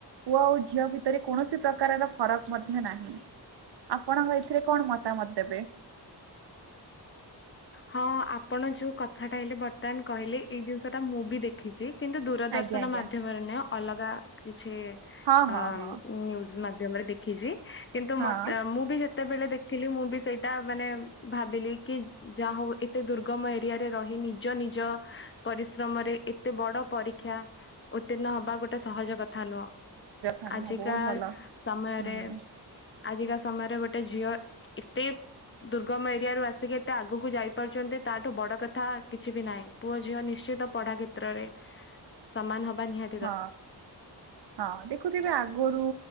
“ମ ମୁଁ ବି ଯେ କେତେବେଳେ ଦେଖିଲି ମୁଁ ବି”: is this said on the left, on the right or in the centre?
Left